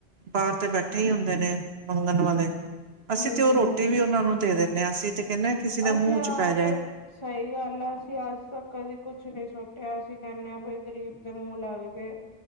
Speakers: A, on the right; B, on the left.
A: ਬਾਹਰ ਤੇ ਬੈਠੇ ਹੀ ਹੁੰਦੇ ਨੇ ਮੰਗਣ ਵਾਲੇ। ਅਸੀਂ
B: ਹਮ
A: ਤੇ ਉਹ
B: ਹਮ
A: ਰੋਟੀ
B: ਹਮ
A: ਵੀ ਉਹਨਾਂ ਨੂੰ ਦੇ ਦਿੰਦੇ ਹਾਂ, ਅਸੀਂ ਤੇ ਕਹਿੰਦੇ ਹਾਂ ਕਿਸੇ ਦੇ
B: ਅਸੀਂ
A: ਮੂੰਹ
B: ਆਪ
A: 'ਚ ਪੈ ਜਾਏ।
B: ਸਹੀ ਗੱਲ ਆ। ਅਸੀਂ ਅੱਜ ਤੱਕ ਕਦੇ ਕੁਛ ਨਹੀਂ ਸੁੱਟਿਆ, ਅਸੀਂ ਕਹਿੰਦੇ ਹਾਂ ਬਈ ਗ਼ਰੀਬ ਦੇ ਮੂੰਹ ਲੱਗ ਜੇ।